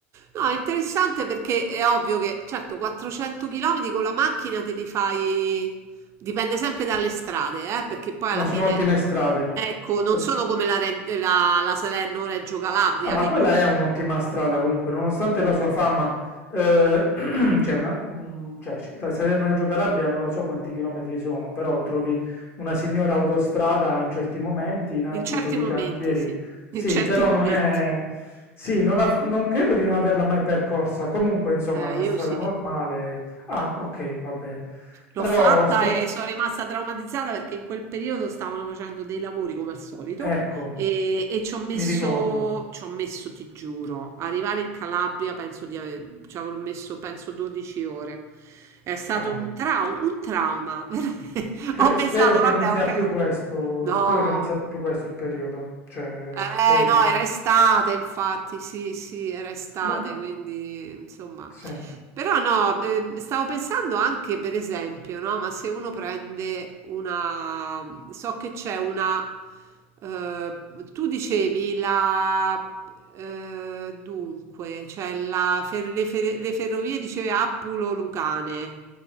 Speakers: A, on the right; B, on the left.
A: No, è interessante perché è ovvio che, certo, 400 km con la macchina te li fai... Dipende sempre dalle strade, eh, perché poi alla
B: No, sono
A: fine,
B: ottime strade.
A: ecco, non
B: No,
A: sono come la, Re- la, la Salerno-Reggio Calabria,
B: ma
A: che
B: quella
A: comunque...
B: è un'ottima strada comunque, nonostante la sua fama, eh, <clears throat> c'è una, mm, cioè, c- da Salerno a Reggio Calabria non lo so quanti chilometri sono, però trovi una signora autostrada in certi momenti, in altri
A: In certi
B: trovi
A: momenti,
B: cantieri.
A: sì.
B: Sì,
A: In certi
B: però
A: momenti.
B: non è... Sì, non, la fr- non- credo di non averla mai percorsa. Comunque, insomma,
A: Eh,
B: è una
A: io
B: strada
A: sì.
B: normale. Ah, ok, va bene.
A: L'ho
B: Però
A: fatta
B: so...
A: e sono rimasta traumatizzata perché in quel periodo stavano facendo dei lavori come al solito
B: Ecco,
A: e, e ci ho messo,
B: mi ricordo.
A: ci ho messo, ti giuro, arrivare in Calabria penso di aver, ci avrò messo penso 12 ore. È stato
B: Cavolo.
A: un trauma, un trauma. <laughs> veramente.
B: Cre-
A: Ho pensato,
B: spero che
A: vabbè,
B: non sia
A: ho capito.
B: più questo,
A: No,
B: spero che non sia più questo il periodo, cioè
A: eh,
B: credo che
A: no,
B: sia andato.
A: era estate, infatti, sì, sì, era estate,
B: Ma
A: quindi insomma.
B: sì,
A: Però no, ehm, stavo pensando anche per esempio, no? Ma se uno prende una... So che c'è una... eh, tu dicevi la... eh, dunque, cioè la fer- le, fer- le ferrovie dicevi Appulo-Lucane.